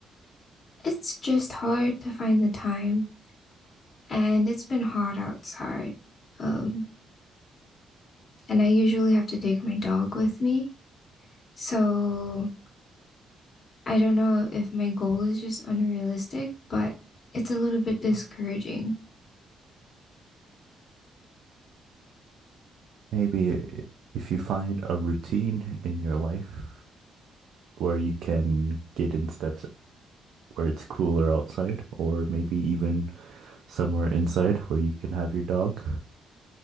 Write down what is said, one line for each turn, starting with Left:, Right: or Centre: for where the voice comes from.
Left: It's just hard to find the time, and it's been hot outside. Um, and I usually have to take my dog with me, so I don't know if my goal is just unrealistic, but it's a little bit discouraging.
Right: Maybe i- if you find a routine in your life where you can get in steps where it's cooler outside, or maybe even somewhere inside where you can have your dog,